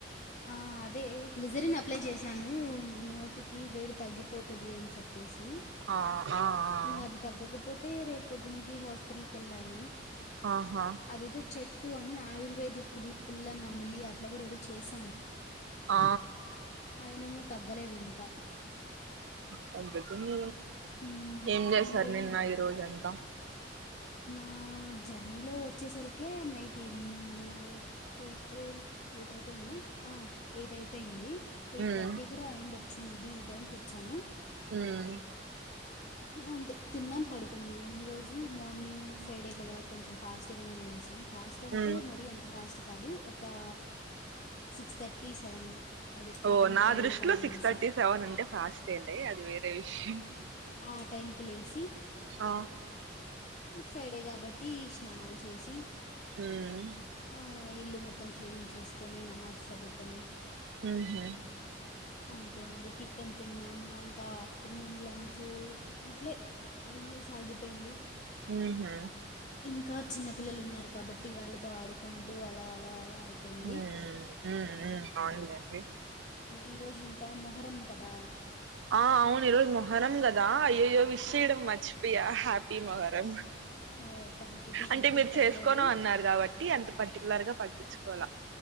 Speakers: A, on the left (about 40°); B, on the right (about 75°).
A: ఆ అదే గ్లిజరీన్ అప్లై చేశాను నోటికి వేడి తగ్గిపోతది అని చెప్ అనేసి
B: ఆ ఆ
A: ఇంకా
B: ఆ
A: అది తగ్గకపోతే రేపు పొద్దుననికి హాస్పిటల్కి వెళ్ళాలి
B: ఆహా
A: అదేదో చెట్టు అని ఆయుర్వేదిక్ దీపుల నమిలి అట్లా కూడా ఏదో చేసి
B: ఆ
A: అయిన నువ్ తగ్గలేదు ఇంకా
B: తగ్గుతుంది
A: మ్మ్.
B: ఏం చేశారు
A: మీరేం
B: నిన్న ఈ రోజ అంత
A: ఆ జర్నీలో వచ్చేసరికి నైట్ ఈవినింగ్ ఎయిట్ ఎయిట్ అయిపోయిందా ఆ ఎయిట్ అయిపోయింది ఎయిట్
B: ఉమ్
A: థర్టీ కూడా అయిండొచ్చు మేబి ఈ టైంకి వచ్చాము
B: ఉమ్
A: అంతే తిన్నాం పడుకున్నాం ఈ రోజు మార్నింగ్ ఫ్రైడే కదా కొంచెం ఫాస్ట్గా నే లెస్నమ్ ఫాస్ట్ అంటే
B: ఉమ్
A: మరి అంత ఫాస్ట్ కాదు ఒకా సిక్స్ థర్టీ సెవెన్ అదే
B: ఓ
A: ఆరున్నర
B: నా దృష్ట్లో
A: ఏడు కలా
B: సిక్స్
A: లేసా
B: థర్టీ సెవన్ అంటే ఫాస్టేలే తెల్సి
A: ఆ టైంకి లేసి
B: ఆ
A: ఫ్రైడే కాబట్టి స్నానాలు చేసి
B: ఉమ్
A: అ ఇల్లు మొత్తం క్లీన్ చేసుకొని నమాస్ చదువుకొని
B: ఉహ్
A: అంతేనండి టిఫిన్ తిన్నాము ఇంకా ఆఫ్టర్నూన్ లంచ్ అట్లే అది సాగిపోయింది
B: ఉహు
A: ఇంకా చిన్న పిల్లలు ఉన్నారు కాబట్టి వాళ్ళతో ఆడుకుంటూ అలా అలా అలా అయిపోయింది
B: హు ఉ ఉ అవునలే అండి
A: ఈరోజు ఇంకా మొహరం కదా
B: ఆ అవును ఈ రోజు మొహరం కదా అయ్యోయ్యో విష్ చేయడం మర్చిపోయా హ్యాపీ మొహరం ఎం
A: ఓ థ్యాంక్ యూ థ్యాంక్
B: అంటే
A: యూ
B: మీరు
A: పర్లేదు
B: చేసుకోను అన్నారు కాబట్టి అంత పర్టికులర్ గా పట్టిచుకోల